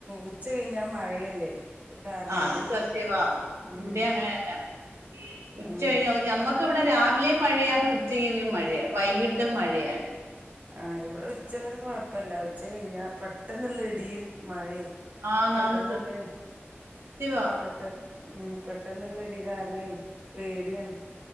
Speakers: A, on the right (about 35°); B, on the right (about 75°).
A: ഉച്ച കഴിഞ്ഞാ മഴയല്ലേ അത് കാരണേ
B: അത് സത്യവാ
A: ഉം
B: ഇവിടെ അങ്ങനെ തന്നെ ഉച്ച
A: ഉം
B: കഴിഞ്ഞ ഞമ്മക്ക് ഇവിടെ രാവിലെ മഴയാണ് ഉച്ചകീവിയം മഴയ വൈകിട്ടും മഴയാണ്
A: ആഹ ഇവിടെ ഉച്ച വരെ കൊഴപ്പല്ല ഉച്ച കഴിഞ്ഞാ പെട്ടെന്നുള്ള ഇടിയും മഴയും
B: ആന്നാന്ന്
A: പെട്ടെന്നല്ലേ
B: സത്യവാ
A: പെട്ടെന്ന് ഉം പെട്ടെന്നുള്ള ഇടി കാരണേ പേടിയാണ്